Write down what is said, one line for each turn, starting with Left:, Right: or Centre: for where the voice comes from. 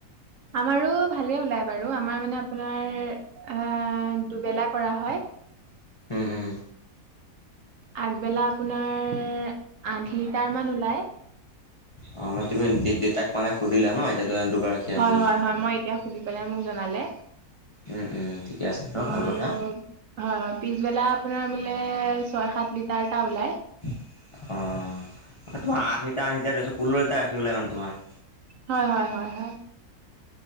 Right: আমাৰো ভালে ওলাই বাৰু আমাৰ মানে আপোনাৰ- আঁহ দুবেলা কৰা হয়।
Left: উম উম।
Right: আগবেলা আপোনাৰ- আঠ লিটাৰ মান ওলাই।
Left: অ মানে তুমি দে দেউতাক মানে সুধিলা ন এতিয়া দু দুগৰাকীয়ে
Right: হয়
Left: বুলি
Right: হয় হয় মই এতিয়া সুধি পেলাই মোক জনালে।
Left: উম উম ঠিকে আছে বাৰু
Right: অ
Left: ভাল কথা
Right: আৰু হয় হয় পিছবেলা আপোনাৰ বোলে ছয় সাত লিটাৰটা ওলাই।
Left: অ তোমাৰ আ সেই আঠলিটাৰ আঠলিটাৰ ধৰিছো ষোল্ল‌ লিটাৰ গাখি ওলায় মানে তোমাৰ
Right: হয় হয় হয় হয়